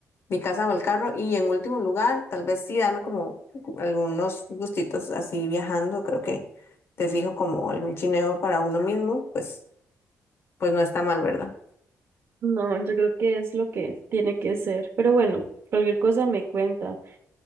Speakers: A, on the left; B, on the right.
A: mi casa o el carro, y en último lugar, tal vez sí darme como algunos gustitos así viajando, creo que te fijo como algún chineo para uno mismo, pues, pues no está mal, ¿verdad?
B: No, yo creo que es lo que tiene que ser. Pero bueno, cualquier cosa me cuenta.